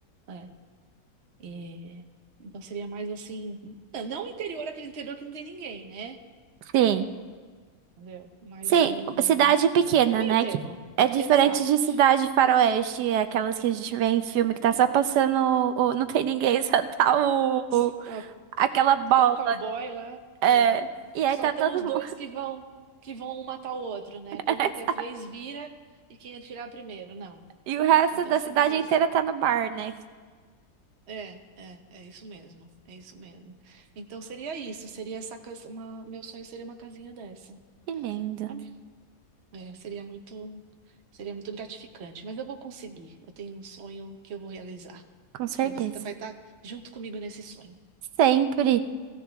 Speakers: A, on the right (about 50°); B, on the right (about 85°).
A: É. E então seria mais assim, não não interior, aquele interior que não tem ninguém, né?
B: Sim.
A: Entendeu? Mais
B: Sim,
A: um
B: cidade pequena,
A: meio
B: né?
A: termo.
B: Que é diferente
A: Exato.
B: de cidade faroeste, é aquelas que a gente vê em filme que tá só passando, o- não tem ninguém, <laughs> só tá o,
A: Só,
B: o- aquela bola.
A: só o cowboy lá,
B: É.
A: é.
B: E aí
A: Só
B: tá
A: estão
B: todo
A: os dois
B: mundo.
A: que vão que vão um matar o outro, né?
B: <laughs>
A: Conta até três, vira e quem atirar primeiro. Não.
B: E o resto
A: Então
B: da
A: seria
B: cidade
A: isso.
B: inteira tá no bar, né?
A: É, é, é isso mesmo, é isso mesmo. Então seria isso, seria essa casa, uma, meu sonho seria uma casinha dessa,
B: Que lindo.
A: sabe? É, seria muito, seria muito gratificante, mas eu vou conseguir. Eu tenho um sonho que eu vou realizar
B: Com certeza.
A: e você tá- vai estar junto comigo nesse sonho.
B: Sempre.